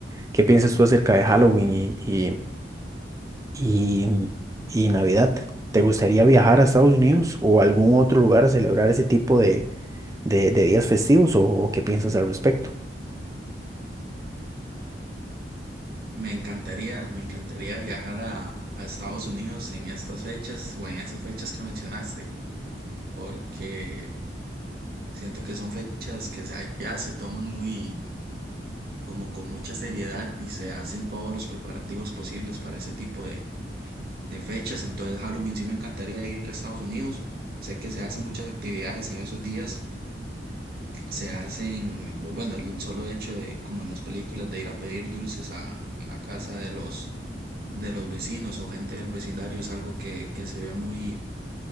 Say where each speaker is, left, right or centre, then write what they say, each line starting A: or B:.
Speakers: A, on the right; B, on the right.
A: ¿Qué piensas tú acerca de Halloween y, y, y- y Navidad? ¿Te gustaría viajar a Estados Unidos o a algún otro lugar a celebrar ese tipo de, de- de días festivos o, o qué piensas al respecto?
B: Me encantaría, me encantaría viajar a, a Estados Unidos en estas fechas o en esas fechas que mencionaste, porque siento que son fechas que se- allá se toman muy como con mucha seriedad y se hacen todos los preparativos posibles para ese tipo de, de fechas. Entonces, Halloween sí me encantaría ir a Estados Unidos. Sé que se hacen muchas actividades en esos días. Se hacen, lo- bueno, el solo hecho de, como en las películas, de ir a pedir dulces a, en la casa de los, de los vecinos o gente del vecindario es algo que, que se ve muy,